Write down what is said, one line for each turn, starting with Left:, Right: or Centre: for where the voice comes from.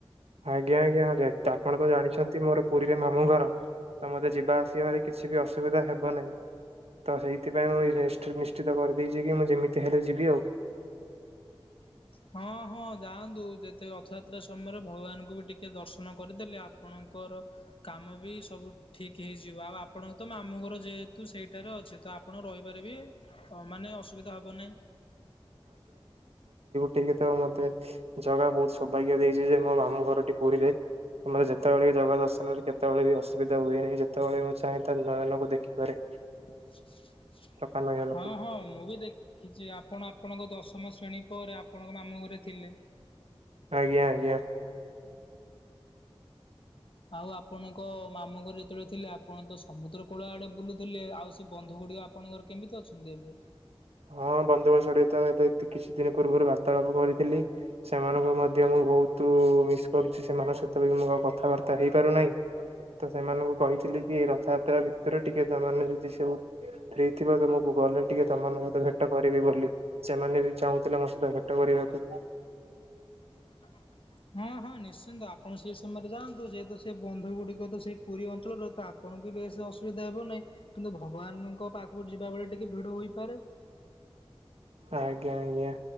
Right: ଆଜ୍ଞା ଆଜ୍ଞା ହଁ ଯେ ଆପଣ ତ ଜାଣିଛନ୍ତି ମୋର ପୁରୀରେ ମାମୁଁ ଘର ତ ମତେ ଯିବା ଆସିବାରେ କିଛି ବି ଅସୁବିଧା ହେବ ନାହିଁ। ତ ସେଇଥିପାଇଁ ମୁଁ ନିଶ୍ଚିତ କରିଦେଇଛି କି ମୁଁ ଯେମିତି ହେଲେ ଯିବି ଆଉ
Left: <inaudible> ହଁ ହଁ ଯାଆନ୍ତୁ ଯେତେ ରଥଯାତ୍ରା ସମୟରେ ଭଗବାନଙ୍କୁ ବି ଟିକେ ଦର୍ଶନ କରିଦେଲେ ଆପଣ କର କାମ ବି ସବୁ ଠିକ ହେଇଯିବ ଆଉ ଆପଣଙ୍କ ତ ମାମୁଁ ଘର ଯେହେତୁ ସେଇଠାରେ ଅଛିନ୍ତି ତ ଆପଣ ରହି ପାରିବେ ମାନେ ଅସୁବିଧା ହବ ନାହିଁ।
Right: ଟିକେ ତ ମତେ ଜଗା ବହୁତ ସୌଭାଗ୍ୟ ଦେଇଛି ଯେ ମୋ ମାମୁଁ ଘରଟି ପୁରୀରେ। ଆମେ ଯେତେବେଳେ ଜଗା ଦର୍ଶନ କେତେବେଳେ ବି ଅସୁବିଧା ହୁଏନି ଯେତେବେଳେ ବି ମୁଁ ଚାହେଁ ତା ନୟନକୁ ଦେଖିପାରେ।
Left: <inaudible>
Right: ଚକା ନୟନକୁ
Left: ହଁ ହଁ ମୁଁ ବି ଦେଖିଛି ଆପଣ ଆପଣଙ୍କ ଦଶମ ଶ୍ରେଣୀ ପରେ ଆପଣଙ୍କ ମାମୁଁ ଘରେ ଥିଲେ।
Right: ଆଜ୍ଞା ଆଜ୍ଞା।
Left: ଆଉ ଆପଣଙ୍କ ମାମୁଁ ଘରେ ଯେତେବେଳେ ଥିଲେ ଆପଣ ତ ସମୁଦ୍ର କୂଳ ଆଡେ ବୁଲୁଥିଲେ ଆଉ ସେ ବନ୍ଧୁ ଗୁଡିକ ଆପଣଙ୍କ ର କେମିତି ଅଛନ୍ତି? ଯିବେ
Right: ହଁ ବନ୍ଧୁଙ୍କ -ସଢିତ ଏବେ କିଛି ଦିନ ପୂର୍ବରୁ ବାର୍ତ୍ତାଆଳ୍ପ କରିଥିଲି ସେମାନଙ୍କୁ ମଧ୍ୟ ମୁଁ ବହୁତ ମିସ କରୁଛି ସେମାନଙ୍କ ସହିତ ବି ମୁଁ ଆଉ କଥାବାର୍ତ୍ତା ହେଇପାରୁନାହିଁ। ତ ସେମାନଙ୍କୁ କହିଥିଲି କି ରଥଯାତ୍ରା ଭିତରେ ଟିକେ ସେମାନେ ଯଦି ସବୁ ଦେଇଥିବା ତମକୁ ଗଲେ ଟିକେ ତମ ମାନଙ୍କୁ ଭେଟ କରିବି ବୋଲି ସେମାନେ ବି ଚାହୁଁଥିଲେ ମୋ ସହିତ ଭେଟ କରିବାକୁ।
Left: <inaudible> ହଁ ହଁ ନିଶ୍ଚିନ୍ତ ଆପଣ ସେଇ ସମୟରେ ଯାଆନ୍ତୁ ଯେହେତୁ ସେ ବନ୍ଧୁ ଗୁଡିକ ତ ସେଇ ପୁରୀ ଅଞ୍ଚଳର ତ ଆପ୍ ଆପଣଙ୍କୁ ବେସ ଅସୁବିଧା ହେବ ନାହିଁ କିନ୍ତୁ ଭଗବାନଙ୍କ ପାଖକୁ ଯିବା ବେଳେ ଟିକେ ଭିଡ ହୋଇ ପାରେ
Right: ଆଜ୍ଞା ଆଜ୍ଞା।